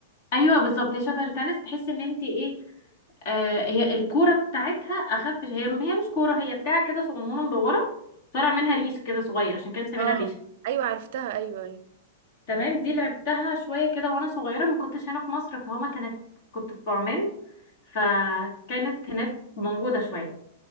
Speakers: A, on the left (about 45°); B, on the right (about 55°).
A: ايوه بالظبط هي شبه التنس تحسي ان انت ايه آه هي الكوره بتاعتها اخف هي هي مش كوره هي بتاع كده صغنونه مدوره طالع منها ريش كده صغير عشان كده مسمينها
B: اه
A: الريشه
B: ايوه عرفتها ايوه ايوه
A: تمام دي لعبتها شوية كده وانا صغيرة ما كنتش هنا في مصر فهما كانت كنت في بعمان فكانت هناك موجودة شوية